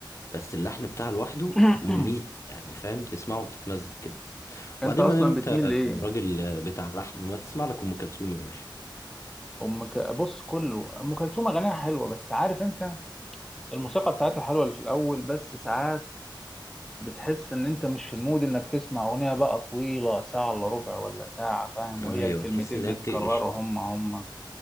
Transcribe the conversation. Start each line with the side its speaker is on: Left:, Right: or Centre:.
Left: بس اللحن بتاعها لوحده
Centre: <coughs>
Left: مميت يعني فاهم تسمعه وتتمزج كده
Centre: <clears throat> أنت
Left: وبعدين
Centre: أصلا
Left: ما دام انت
Centre: بتميل لإيه؟
Left: راجل بتاع لحن ما تسمع لك ام كلثوم يا باشا
Centre: أم ك... بص كله أم كلثوم أغانيها حلوة بس عارف أنت الموسيقى بتاعتها حلوة اللي في الأول بس ساعات بتحس ان انت مش في المود انك تسمع اغنية بقى طويلة ساعة الا ربع ولا ساعة فاهم
Left: ايوه
Centre: وهي الكلمتين
Left: تحس انها
Centre: بيتكرروا
Left: بتقلش كده
Centre: هم هم